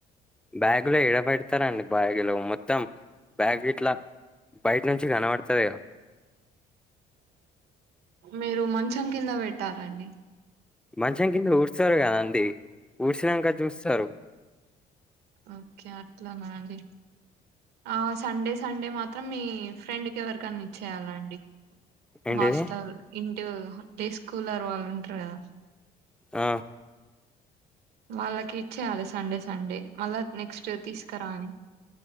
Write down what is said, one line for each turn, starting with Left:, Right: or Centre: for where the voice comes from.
Centre: బ్యాగులో ఏడబెడతారండి బ్యాగులు మొత్తం బ్యాగ్ ఇట్లా బయట నుంచి ఘన పడతదిగా
Right: మీరు మంచం కింద పెట్టాలండి
Centre: మంచం కింద ఊడ్స్తారు కదా అండి ఊడ్సినంక చూస్తారు
Right: ఓకే అట్లనా అండి ఆ సండే సండే మాత్రం మీ ఫ్రెండ్ కి ఎవరికన్న ఇచ్చేయాలండి
Centre: ఏంటిది
Right: హాస్టల్ ఇంటు డే స్కూల్ర్ వాళ్ళు ఉంటారు కదా
Centre: ఆ
Right: వాళ్ళకి ఇచ్చేయాలి సండే సండే మళ్ళా నెక్స్ట్ తీసుకురాని